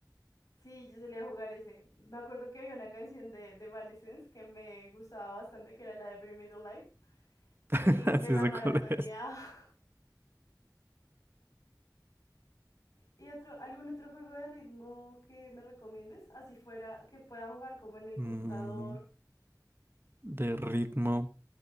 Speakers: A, on the left (about 50°); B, on the right (about 30°).
A: Sí, yo solía jugar ese. Me acuerdo que había una canción de, de Evanescence que me gustaba bastante, que era la de Bring Me to Life,
B: <laughs>
A: y
B: Así
A: me la
B: sé
A: maratoneaba.
B: cuál es.
A: <laughs> ¿Y otro, algún otro juego de ritmo que me recomiendes? Así fuera, que pueda jugar como en el computador.
B: Mm, de ritmo.